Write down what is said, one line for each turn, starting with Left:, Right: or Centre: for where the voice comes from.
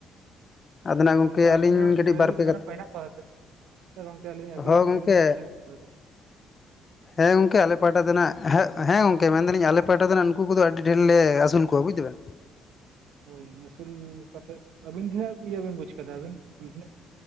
Left: ᱟᱫᱚ ᱱᱟᱜ
Right: ᱜᱚᱝᱠᱮ ᱟᱵᱤᱱ
Left: ᱟᱹᱞᱤᱧ
Right: ᱦᱚᱸ
Left: ᱠᱟᱹᱴᱤᱡ
Right: ᱰᱟᱹᱝᱨᱤ
Left: ᱵᱟᱨ ᱯᱮ
Right: ᱢᱮᱨᱚᱢ
Left: ᱠᱟᱛᱷᱟ
Right: ᱠᱚ ᱦᱮᱱᱟᱜ ᱠᱚᱣᱟ ᱥᱮ ᱪᱮᱫ? ᱟᱫᱚ ᱜᱚᱢᱠᱮ ᱟᱞᱤᱧ ᱟᱹᱵᱤᱱ
Left: ᱦᱚᱸ
Right: ᱰᱟᱝᱨᱤ
Left: ᱜᱚᱝᱠᱮ
Right: ᱢᱮᱨᱚᱢ ᱠᱚ ᱢᱮᱱᱟᱜ ᱠᱚᱣᱟ ᱥᱮ ᱪᱤᱫ?
Left: ᱦᱮᱸ ᱜᱚᱢᱠᱮ ᱟᱞᱮ ᱟᱞᱮ ᱯᱟᱦᱴᱟ ᱨᱮᱱᱟᱜ ᱦᱮ ᱦᱮᱸ ᱜᱚᱝᱠᱮ ᱢᱮᱱᱫᱟᱞᱤᱧ ᱟᱞᱮ ᱯᱟᱦᱴᱟ ᱫᱚ ᱦᱟᱸᱜ ᱩᱱᱠᱩ ᱠᱚᱫᱚ ᱟᱹᱰᱤ ᱰᱷᱮᱨ ᱞᱮ ᱟᱹᱥᱩᱞ ᱠᱚᱣᱟ ᱵᱩᱡᱽ ᱫᱟ ᱵᱮᱱ᱾
Right: ᱦᱳᱭ ᱟᱹᱥᱩᱞ ᱠᱟᱛᱮᱫ ᱟᱹᱵᱤᱱ ᱛᱤᱱᱟᱹᱜ ᱤᱭᱟᱹ ᱵᱤᱱ ᱵᱩᱡᱽ ᱠᱟᱫᱟ ᱟᱹᱵᱤᱱ <unintelligible>